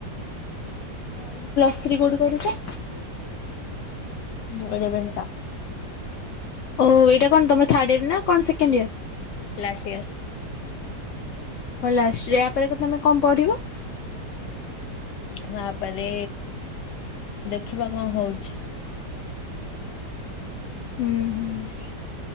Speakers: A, on the left (about 60°); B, on the left (about 80°).
A: ଏବେ ପ୍ଲସ୍ ଥ୍ରୀ କୋଉଠି କରୁଛ?
B: ମୁଁ ରେଭେନ୍ସା।
A: ଓ ଏଇଟା କଣ ତମ ଥାର୍ ୟର ନା କଣ ସେକେଣ୍ଡ ଇୟର?
B: Last year.
A: ହଁ ଲାଷ୍ଟ ଇୟର ଆ ପରେ ତମେ କଣ ପଢିବ?
B: ତାପରେ ଦେଖିବା କଣ ହଉଛି?
A: ହୁଁ ହୁଁ